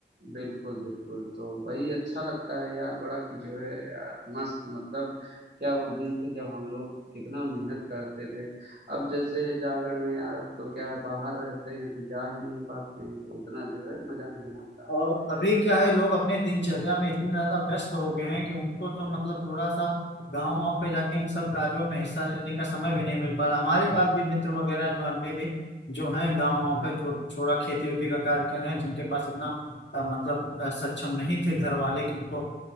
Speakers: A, on the right; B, on the left.
A: बिल्कुल, बिल्कुल। तो वही अच्छा लगता है यार बड़ा कि जो है यार मस्त मतलब क्या वो दिन थे जब हम लोग कितना मेहनत करते थे। अब जैसे है जागरण में यार अब तो क्या है बाहर रहते हैं तो जा ही नहीं पाते हैं तो उतना जो है मज़ा नहीं आता
B: और
A: है।
B: अभी क्या है लोग अपने दिनचर्या में इतने ज्यादा व्यस्त हो गए हैं कि उनको तो मतलब थोड़ा सा गाँव वाँव पे जाके इन सब कार्यों में हिस्सा लेने का समय भी नहीं मिल पा रहा हमारे पास भी मित्र वगैरह जो अभी भी जो हैं गाँव वाँव पे थो, थोड़ा खेती वेती का कार्य कर रहे हैं जिनके पास इतना अ, मतलब अ, सक्षम नहीं थे घर वाले कि उनको